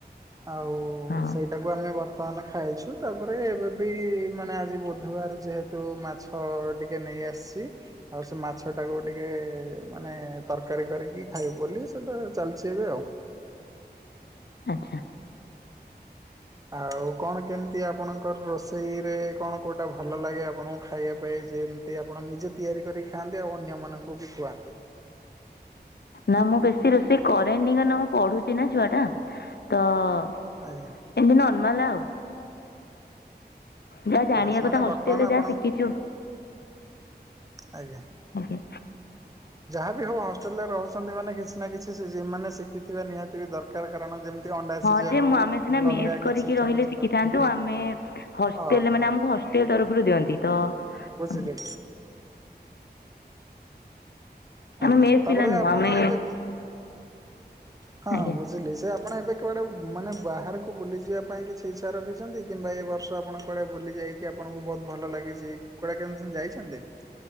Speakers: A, on the right; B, on the left.
A: ଆଉ
B: ହଁ
A: ସେଇଟାକୁ ଆମେ ବର୍ତ୍ତମାନ ଖାଇଛୁ ତାପରେ ରେ ଏବେବି ମାନେ ଆଜି ବୁଧବାର ଯେହେତୁ ମାଛ ଟିକେ ନେଇଆସିଚି ଆଉ ସେ ମାଛଟାକୁ ଟିକେ ମାନେ ତରକାରୀ କରିକି ଖାଇବୁ ବୋଲି ସେଟା ଚାଲିଚି ଏବେ ଆଉ।
B: ଆଚ୍ଛା।
A: ଆଉ କଣ କେମିତି ଆପଣଙ୍କର ରୋଷେଇରେ କଣ କୋଉଟା ଭଲ ଲାଗେ ଆପଣଙ୍କୁ ଖାଇବା ପାଇଁ ଯେମିତି ଆପଣ ନିଜେ ତିଆରି କରି ଖାଆନ୍ତି ଆଉ ଅନ୍ୟମାନଙ୍କୁବି ଖୁଆନ୍ତି?
B: ନା ମୁଁ ବେଶୀ ରୋଷେଇ କରେନି କାରଣ ମୁଁ ପଡ଼ୁଚିନା ଛୁଆଟା ତ ଏମିତି
A: ଆଜ୍ଞା।
B: ନର୍ମଲା ଆଉ। ଯାହା ଜାଣିବା
A: <unintelligible> ମାନେ
B: କଥା ହଷ୍ଟେଲରେ
A: ବର୍ତ୍ତମାନ
B: ଯାହା
A: ଆପଣଙ୍କୁ
B: ଶିଖିଛୁ।
A: ଆଜ୍ଞା।
B: ଆଜ୍ଞା
A: ଯାହାବି ହଉ ହଷ୍ଟେଲରେ ରହୁଚନ୍ତି ମାନେ କିଛିନା କିଛି ଶିଖି ମାନେ ଶିଖିଥିବା ନିହାତିବି ଦରକାର କାରଣ ଯେମିତି ଅଣ୍ଡା
B: ହଁ
A: ସିଝା
B: ଯେ
A: ହଉ
B: ମୁଁ ଆମେ ସିନା ମେସ୍
A: ଅଲଗା
B: କରିକି
A: କିଛି ଛୋଟ
B: ରହିଲେ
A: ଛୋଟ
B: ଶିଖିଥାଆନ୍ତୁ ଆମେ ହଷ୍ଟେଲ
A: ଓହୋ
B: ମାନେ ଆମକୁ ହଷ୍ଟେଲ ତରଫରୁ ଦିଅନ୍ତି ତ
A: ବୁଝିଲେ?
B: ଆମେ
A: ଆଜ୍ଞା
B: ଆମେ ମେସ
A: ତାପରେ
B: ପିଲା ନୁହଁ।
A: ଆପଣ
B: ଆମେ
A: ଏବେ ହଁ
B: ଆଜ୍ଞା।
A: ହଁ ବୁଝିଲି ସେ ଆପଣ ଏବେ କୁଆଡେ ମାନେ ବାହାରକୁ ବୁଲିଯିବା ପାଇଁ କିଛି ଇଚ୍ଛା ରଖିଛନ୍ତି କିମ୍ବା ଏ ବର୍ଷ ଆପଣ କୁଆଡ଼େ ବୁଲିଯାଇ ଆପଣଙ୍କୁ ବହୁତ ଭଲ ଲାଗିଛି। କୁଆଡେ କେମିତି ଯାଇଛନ୍ତି?